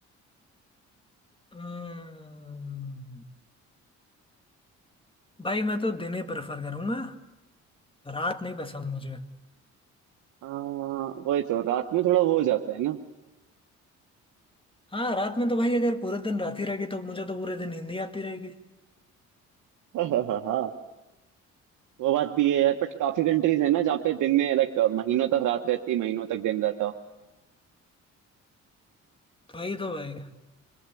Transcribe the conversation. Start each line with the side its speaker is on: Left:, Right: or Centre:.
Left: हम्म भाई मैं तो दिन ही प्रेफर करूंगा रात नहीं पसंद मुझे
Right: आ, वही तो रात में थोड़ा वो हो जाता है ना
Left: हाँ रात में तो भाई अगर पूरे दिन रात ही रहेगी तो मुझे तो पूरे दिन नींद ही आती रहेगी
Right: <laughs> हाँ हाँ हाँ। वो बात भी है यार बट काफी कंट्रीज है ना जहाँ पे दिन में लाइक महीनों तक रात रहती महीनों तक दिन रहता
Left: तो वही तो भाई